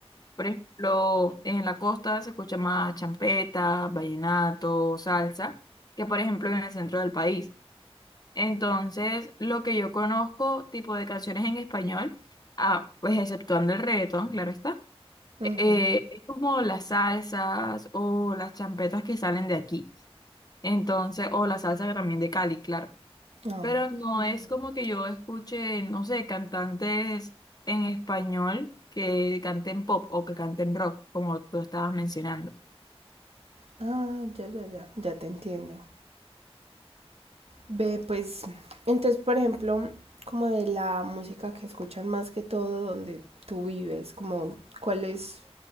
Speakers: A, on the left; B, on the right.
A: Por ejemplo, en la costa se escucha más champeta, vallenato, salsa, que por ejemplo en el centro del país. Entonces, lo que yo conozco, tipo de canciones en español, ah, pues exceptuando el reggaetón, claro está,
B: ujú.
A: eh, es como las salsas o las champetas que salen de aquí. Entonces, o la salsa también de Cali, claro.
B: Ay,
A: Pero no
B: qué bien.
A: es como que yo escuche, no sé, cantantes en español que canten pop o que canten rock, como tú estabas mencionando.
B: Ah, ya, ya, ya, ya te entiendo. Ve, pues, entonces, por ejemplo, como de la música que escuchan más que todo donde tú vives, como cuál es